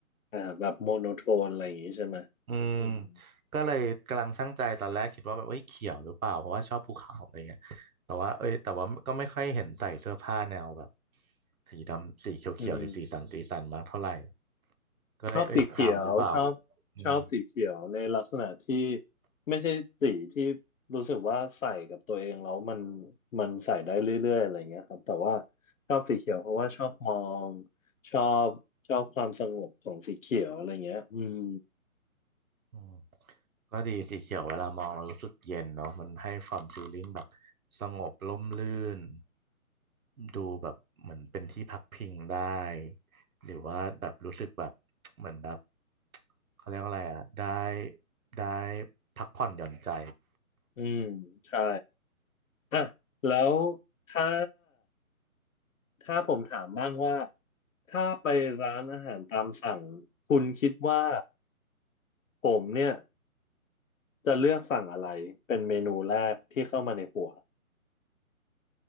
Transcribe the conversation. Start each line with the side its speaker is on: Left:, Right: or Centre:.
Left: อ่าแบบโมโนโทนอะไรอย่างงี้ใช่ไหม
Right: อืม
Left: อืม
Right: ก็เลยกำลังชั่งใจตอนแรกคิดว่าแบบเอ้ยเขียวหรือเปล่าเพราะว่าชอบภูเขาอะไรเงี้ยแต่ว่าเอ้ยแต่ว่าก็ไม่ค่อยเห็นใส่เสื้อผ้าแนวแบบสีดำสีเขียวๆหรือสีสันสีสันมากเท่าไหร่
Left: อืม
Right: ก็เลยเอ้ยดำหรือเปล่า
Left: ชอบสีเขียวชอบ
Right: อืม
Left: ชอบสีเขียวในลักษณะที่ไม่ใช่สีที่รู้สึกว่าใส่กับตัวเองแล้วมันมันใส่ได้เรื่อยๆอะไรเงี้ยครับแต่ว่าชอบสีเขียวเพราะว่าชอบมองชอบชอบความสงบของสีเขียวอะไรเงี้ยอืม
Right: อืมก็ดีสีเขียวเวลามองมันรู้สึกเย็นเนาะมันให้ความฟีลลิ่งแบบสงบร่มรื่นดูแบบเหมือนเป็นที่พักพิงได้หรือว่าแบบรู้สึกแบบ <tsk> เหมือนแบบ <tsk> เขาเรียกว่าอะไรอ่ะได้ได้พักผ่อนหย่อนใจ
Left: อืมใช่อ่ะแล้วถ้า ถ้าผมถามบ้างว่าถ้าไปร้านอาหารตามสั่งคุณคิดว่าผมเนี่ยจะเลือกสั่งอะไรเป็นเมนูแรกที่เข้ามาในหัว